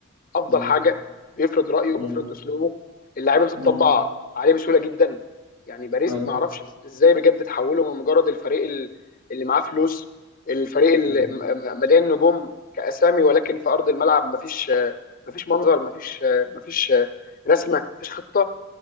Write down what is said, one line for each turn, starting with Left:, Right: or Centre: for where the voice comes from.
Left: افضل
Right: م-
Left: حاجه بيفرض رايه وبيفرض
Right: م-
Left: اسلوبه اللعيبه بتطبع
Right: م-
Left: عليه بسهوله جدا يعني باريس
Right: أيوه
Left: ما اعرفش ازاي بجد تحوله من مجرد الفريق ال- اللي معاه فلوس الفريق اللي
Right: م-
Left: م- م- مليان نجوم كاسامي ولكن في ارض الملعب مفيش مفيش منظر مفيش مفيش رسمه مفيش خطه